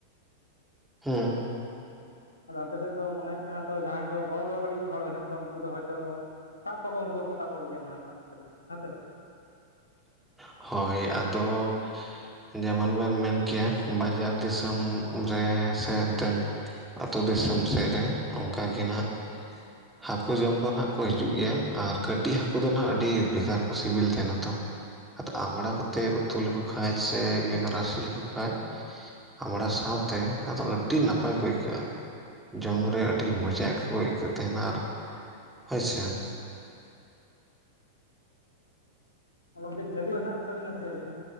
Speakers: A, in the centre; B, on the left.
A: ᱦᱩᱸ
B: ᱟᱫᱚ ᱟᱯᱮ ᱥᱮᱫ ᱫᱚ ᱢᱚᱱᱮ ᱦᱩᱭᱩᱜ ᱠᱟᱱᱟ ᱛᱚ ᱡᱟᱦᱟᱸᱭ ᱠᱚ ᱵᱚᱲᱚ ᱵᱚᱲᱚ ᱠᱟᱴᱤᱡ ᱦᱚᱲ ᱦᱮᱱᱟᱜ ᱠᱚᱣᱟ ᱩᱱᱠᱩ ᱫᱚ ᱦᱚᱭᱛᱚ ᱥᱟᱵ <unintelligible> ᱩᱱᱠᱩ ᱦᱚᱸᱠᱚ ᱥᱟᱵ ᱠᱚᱜᱮᱭᱟ ᱢᱚᱱᱮ ᱠᱟᱱᱟ ᱦᱮᱸᱥᱮ
A: ᱦᱳᱭ ᱟᱫᱚ ᱡᱮᱢᱚᱱ ᱵᱮᱱ ᱢᱮᱱ ᱠᱮ ᱵᱟᱡᱟᱨ ᱫᱤᱥᱚᱢ ᱨᱮ ᱥᱮ ᱚᱱᱛᱮᱱ ᱟᱛᱳ ᱫᱤᱥᱚᱢ ᱥᱮᱫ ᱨᱮ ᱚᱱᱠᱟ ᱜᱮ ᱱᱟᱜᱼᱼ ᱦᱟᱹᱠᱩ ᱡᱚᱢ ᱫᱚ ᱱᱟᱜ ᱠᱚ ᱦᱤᱡᱩᱜ ᱜᱮᱭᱟ ᱟᱨ ᱠᱟᱹᱴᱤᱡ ᱦᱟᱹᱠᱩ ᱫᱚ ᱱᱟᱜ ᱟᱹᱰᱤ ᱵᱷᱮᱜᱟᱨ ᱠᱚ ᱥᱤᱵᱤᱞ ᱛᱟᱦᱮᱱᱟ ᱛᱚᱼᱼ
B: <unintelligible>
A: ᱟᱫᱚ ᱟᱢᱲᱟ ᱠᱚᱛᱮ ᱩᱛᱩ ᱞᱮᱠᱚ ᱠᱷᱟᱡ ᱥᱮ ᱤᱭᱟᱹ ᱠᱚ ᱨᱟᱥᱮ ᱞᱮᱠᱚ ᱠᱷᱟᱡ ᱟᱢᱲᱟ ᱥᱟᱶᱼᱼ ᱛᱮ ᱟᱫᱚ ᱟᱹᱰᱤ ᱱᱟᱯᱟᱭ ᱠᱚ ᱟᱹᱭᱠᱟᱹᱜᱼᱟ ᱡᱚᱢ ᱨᱮ ᱟᱹᱰᱤ ᱢᱚᱡᱟ ᱟᱹᱭᱠᱟᱣᱹ ᱮᱫ ᱠᱟᱱ ᱛᱟᱦᱮᱱᱟ ᱟᱨ ᱦᱳᱭ ᱥᱮ
B: ᱜᱚᱱᱠᱮ ᱡᱷᱟᱹᱞᱤ ᱦᱮᱱᱟᱜ ᱛᱟᱵᱤᱱᱟ ᱥᱮ ᱟᱹᱵᱤᱱᱟᱜ